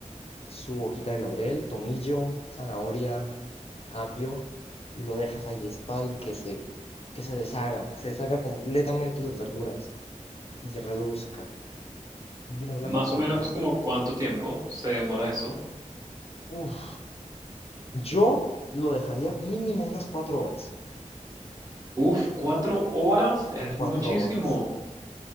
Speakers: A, on the left; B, on the right.
A: su hojita de laurel, tomillo, zanahoria, apio, y lo dejas ahí estar y que se, que se deshaga, que se deshaga completamente las verduras y reduzca. Vino blanco
B: Más
A: con
B: o menos
A: eso.
B: como cuánto tiempo se demora eso.
A: Uf, yo lo dejaría mínimo unas cuatro horas.
B: Uf, cuatro horas es
A: Cuatro
B: muchísimo.
A: horas.